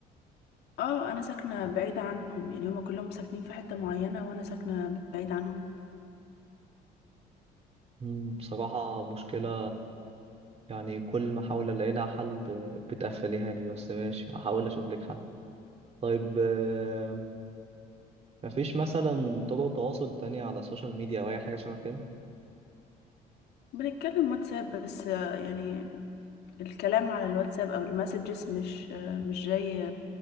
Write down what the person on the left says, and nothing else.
اه انا ساكنة بعيدة عنهم يعني هما كلهم ساكنين في حتة معينة وانا ساكنة بعيدة عنهم
بنتكلم واتساب بس آه، يعني الكلام على الواتساب او المسجز مش آه، مش جاي